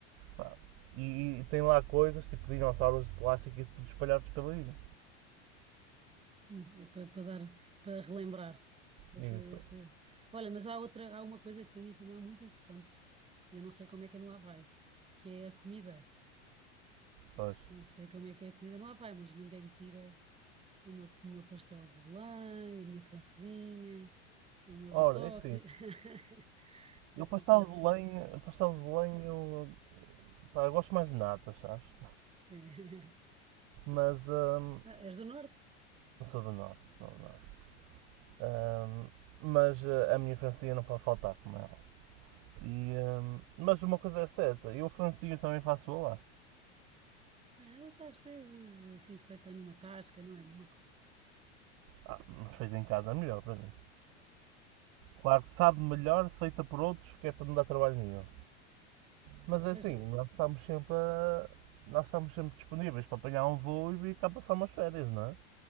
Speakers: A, on the right; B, on the right.
A: Pá. E, e tem lá coisas tipo dinossauros de plástico e isso tudo espalhados pela ilha.
B: hum, é para, para dar, para relembrar. Essa,
A: Isso,
B: essa... Olha, mas há outra, há uma coisa que para mim também é muito importante, e eu não sei como é que é no Havaí, que é a comida.
A: pois.
B: Não sei como é que é a comida no Havaí, mas ninguém me tira o meu, o meu pastel de Belém, a minha francesinha, o meu
A: Ora,
B: bitoque,
A: é assim.
B: <laughs> essas
A: Eu pastel
B: coisas.
A: de Belém, pastel de Belém eu, pá, eu gosto mais de nata sabes?
B: Sim. <laughs>
A: Mas hum,
B: Ah, és do norte?
A: eu sou do norte, sou do norte. Hum, mas eh, a minha francinha não pode faltar, como é óbvio. E, hum, mas uma coisa é certa, eu francinha também faço lá.
B: Ah, mas às vezes, assim, feita numa tasca, não é a mesma coisa.
A: Ah, mas feita em casa é melhor para mim. Claro que sabe melhor feita por outros, que é para não dar trabalho nenhum. Mas é
B: Mas,
A: assim,
B: eh,
A: nós estamos sempre a- nós estamos sempre disponíveis para apanhar um voo e vir cá passar umas férias, não é?